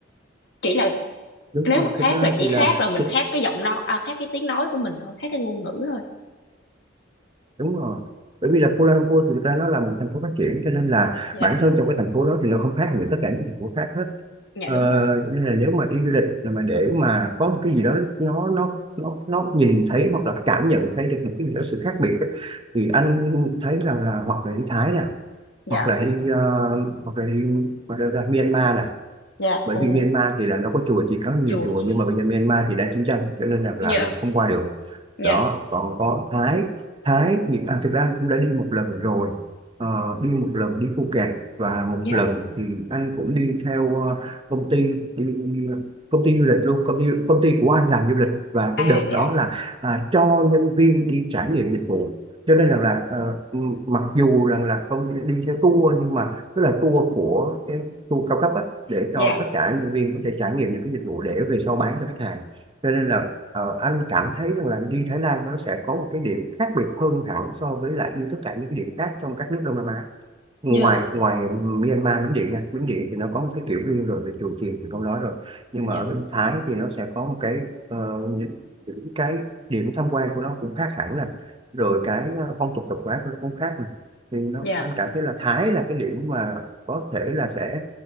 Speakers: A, on the left (about 60°); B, on the right (about 30°).
A: chỉ là
B: đúng
A: nếu
B: rồi
A: mà khác
B: thực ra
A: là chỉ
B: thì
A: khác
B: là
A: là mình
B: thực-
A: khác cái giọng nói à, khác cái tiếng nói của mình thôi khác cái ngôn ngữ thôi
B: đúng rồi bởi vì là Kuala Lumpur thì thực ra nó là một thành phố phát triển cho nên là
A: dạ
B: bản thân trong cái thành phố đó thì nó không khác gì tất cả những thành phố khác hết
A: dạ
B: ờ,
A: đúng rồi
B: cho nên là nếu mà đi du lịch là mà để mà có một cái gì đó nó nó nó nó nhìn thấy hoặc là cảm nhận thấy được một cái gì đó sự khác biệt ấy, thì anh thấy rằng là hoặc là đi Thái nè
A: dạ
B: hoặc là đi ờ, hoặc là đi mà đâu Myanmar nè
A: dạ
B: bởi
A: ồ
B: vì Myanmar thì là nó có chùa chỉ có nhiều
A: chùa
B: chùa
A: chị
B: nhưng mà bây giờ Myanmar thì đang chiến tranh cho nên là,
A: dạ
B: là mình không qua được
A: dạ
B: đó còn có Thái Thái thì à, thực ra anh cũng đã đi một lần rồi Ờ, đi một lần đi Phuket và một
A: dạ
B: lần thì anh cũng đi theo ờ, công ty đi, công ty du lịch luôn công ty công ty của anh làm du lịch và
A: à
B: cái đợt
A: dạ
B: đó là à, cho nhân viên đi trải nghiệm dịch vụ cho nên rằng là, ờ, mặc dù rằng là công ty đi theo tour nhưng mà tức là tour của cái tour cao cấp á để cho
A: dạ
B: tất cả nhân viên có thể trải nghiệm được cái dịch vụ để về sau bán cho khách hàng cho nên là ờ, anh cảm thấy rằng là đi Thái Lan nó sẽ có một cái điểm khác biệt hơn hẳn so với lại đi tất cả những cái điểm khác trong các nước Đông Nam Á ngoài
A: dạ
B: ngoài Myanmar Miến Điện nha Miến Điện thì nó có một cái kiểu riêng rồi về chùa chiền thì không nói rồi nhưng
A: dạ
B: mà ở bên Thái thì nó sẽ có một cái ờ, những, những cái điểm tham quan của nó cũng khác hẳn nè rồi cái ờ, phong tục tập quán của nó cũng khác nè thì nó
A: dạ
B: anh cảm thấy là Thái là cái điểm mà có thể là sẽ